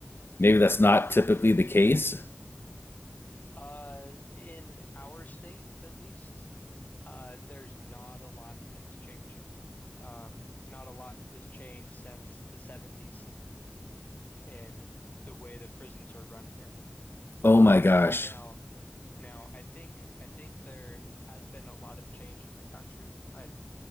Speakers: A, on the left; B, on the left.
A: maybe that's not typically the case.
B: Uh, in our state, at least, uh, there's not a lot that's changing. Um, not a lot has changed since the 70s in the way that prisons are run here. Uh,
A: Oh my gosh.
B: now, now I think I think there has been a lot of change in the country. I,